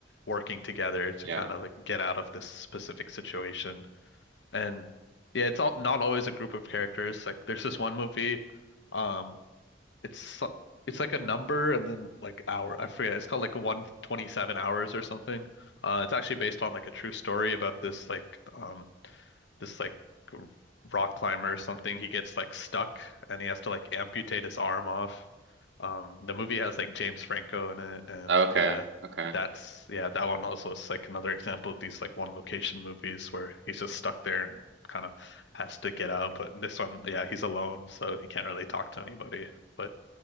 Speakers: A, on the left (about 70°); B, on the right (about 70°).
A: working together to
B: Yeah.
A: kind of like get out of this specific situation. And yeah, it's all not always a group of characters. Like there's this one movie, um, it's so- it's like a number and then like hour. I forget. It's called like 127 hours or something. Uh, it's actually based on like a true story about this like um this like rock climber or something. He gets like stuck and he has to like amputate his arm off. Um, the movie has like James Franco in it, and
B: Oh, Okay.
A: yeah,
B: Okay.
A: that's yeah, that one also is like another example of these like one location movies where he's just stuck there and kind of has to get out. But in this one, yeah, he's alone, so he can't really talk to anybody. But